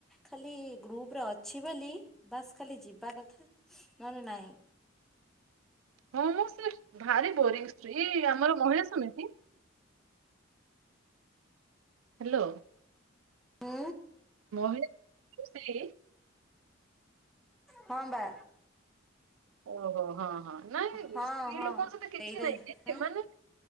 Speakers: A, in the centre; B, on the right (about 80°).
A: ଖାଲି ଗ୍ରୁପରେ ଅଛି ବୋଲି ବାସ୍ ଖାଲି ଯିବା କଥା ନହେଲେ ନାଇଁ।
B: ହଁ, ମୁଁ ସେ ଭାରି ବୋରିଂ ସେଇ ଆମର ମହିଳା ସମିତି ହ୍ୟାଲୋ
A: ହୁଁ
B: ମହିଳା <inaudible>
A: ହଁ ବା!
B: ଓହୋ, ହଁ ହଁ ନାଇଁ
A: ହଁ
B: ସ୍ତ୍ରୀ
A: ହଁ
B: ଲୋକଙ୍କ ସହିତ କିଛି
A: ଏଇରେ
B: ନାଇଁ ଯେ ସେମାନେ
A: ଆଁ